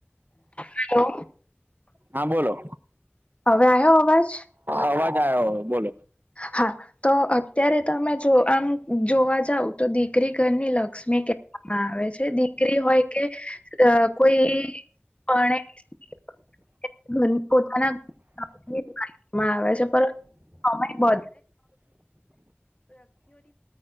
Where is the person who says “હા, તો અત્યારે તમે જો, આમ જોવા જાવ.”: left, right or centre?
Left